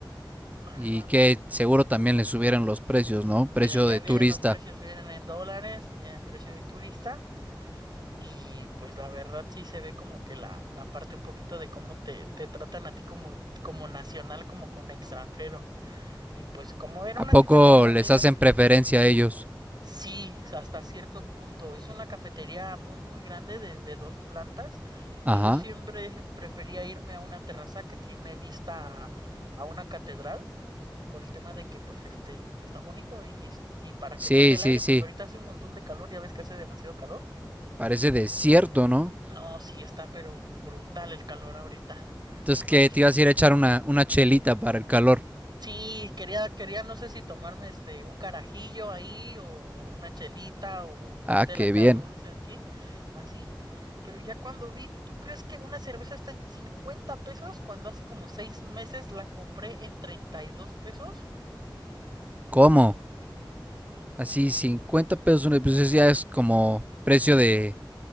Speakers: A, on the right; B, on the right.
A: Ajá.
B: Y que seguro también les subieron los precios, ¿no?
A: Eh,
B: Precio
A: Ya
B: de
A: vienen
B: turista.
A: los precios, vienen en dólares, viene el precio de turista. Y pues la verdad sí se ve como que la, la parte un poquito de cómo te, te tratan a ti como, como nacional, como con extranjero. Y pues como era
B: ¿A
A: una
B: poco
A: cita con una
B: les
A: amiga,
B: hacen
A: s-
B: preferencia a ellos?
A: sí, s- hasta cierto punto. Es una cafetería muy, muy grande de, de dos plantas.
B: Ajá.
A: Y yo siempre prefería irme a una terraza que tiene vista a a una catedral por el tema de que pues este está bonito y, es- y para
B: Sí,
A: que toque el
B: sí,
A: aire,
B: sí.
A: porque ahorita hace un montón de calor, ya ves que hace demasiado calor.
B: Parece desierto, ¿no?
A: No, sí está, pero brutal el calor ahorita.
B: Entonces,
A: Y pues
B: ¿qué?
A: dije,
B: Te ibas a ir a echar una, una chelita para el calor.
A: sí, quería, quería, no sé si tomarme este un carajillo ahí o una chelita o un cóctel
B: Ah, qué
A: acá
B: bien.
A: dulce aquí, así. Pero ya cuando vi, ¿tú crees que una cerveza está en 50 pesos cuando hace como seis meses la compré en 32 pesos?
B: ¿Cómo? Así, 50 pesos una, pues eso ya es como precio de,